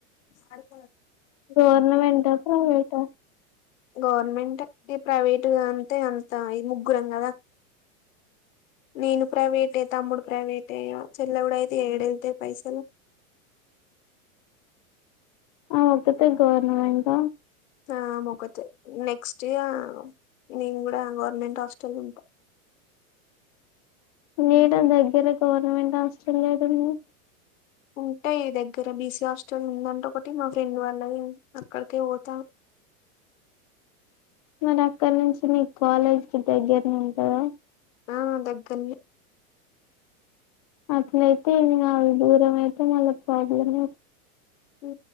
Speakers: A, on the left; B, on the left.
A: ఆడుకో
B: గవర్నమెంట్ ప్రైవేట్
A: గవర్నమెంట్ అంటే ప్రైవేట్ అంటే అంత ముగ్గురం కదా నేను ప్రైవేట్ తమ్ముడు ప్రైవేట్ చెల్ల ఉడయితే ఎడతే పైసలు
B: ఆతతే గవర్నమెంట్
A: ఆ మక నెక్స్ట్ ఇ నేను కూడా గవర్నమెంట్ హాస్టల్ ఉంటా
B: నేడం దగ్గర గవర్నమెంట్ హాస్ట్రలయాలుంది
A: ఉంటాయి దగ్గర బీసీ హాస్టల్ ఉందంటే ఒకటి మా ఫ్రెండ్ వాళ్ళ అక్కడికే పోతాం
B: మరి అక్కడ నుంచి మీ కాలేజ్ కి దగ్గరని ఉంటందా
A: ఆ దగ్గని
B: అలా అయితేని దూరం అతే మ ప్రోబ్లమ్
A: ఉ